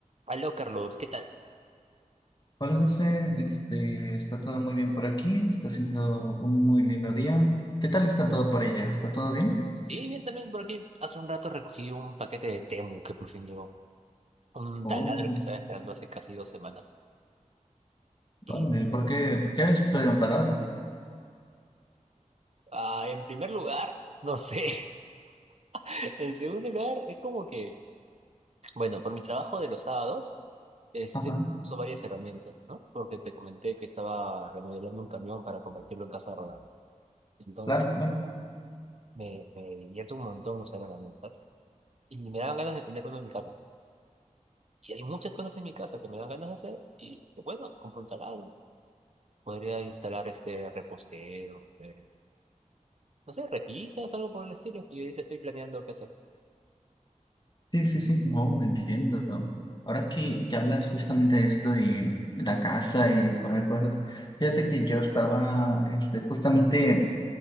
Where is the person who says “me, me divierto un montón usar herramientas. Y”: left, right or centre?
Right